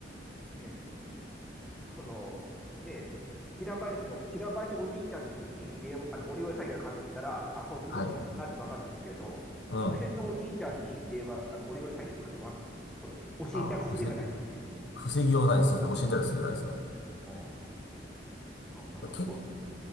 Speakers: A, in the centre; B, on the left.
A: ねえ、その、ねえ、平林の、平林おじいちゃんに、に電話、あの、オレオレ詐欺がかかってきたら、あ、こいつ嘘ついてるなってわかるんですけれど、
B: あ、はい。うん。
A: その辺のおじいちゃんに電話、
B: あ
A: あの、オレオレ詐欺がかかってわ、それ、教えてやる術がないですよね。
B: あ、防、防ぎようないです。そうですね。
A: うん。
B: 教えたりするじゃないですね。
A: うん。なんかな、
B: いや、結
A: どうす、